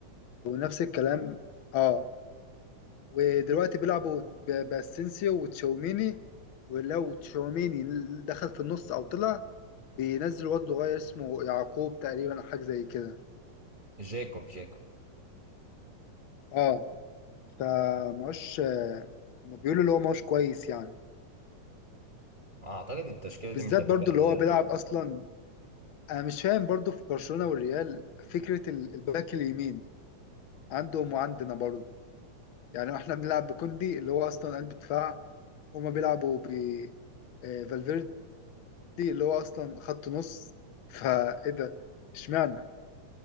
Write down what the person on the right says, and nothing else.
جاكوب جاكوب
اعتقد التشكيله
دي مش هتبقى
اللي
هي اللي.